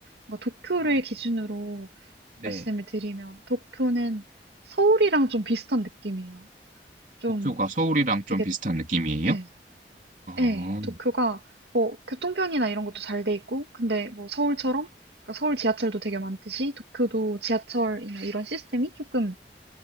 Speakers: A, on the right; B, on the right.
A: 뭔가 도쿄를
B: 음.
A: 기준으로
B: 네.
A: 말씀을 드리면 도쿄는 서울이랑 좀 비슷한 느낌이에요. 좀
B: 도쿄가 서울이랑 좀
A: 되게,
B: 비슷한 느낌이에요?
A: 예,
B: 어,
A: 예, 도쿄가 뭐 교통편이나 이런 것도 잘 돼 있고 근데 뭐 서울처럼 그러니까 서울 지하철도 되게 많듯이 도쿄도 지하철이나 이런 시스템이 조금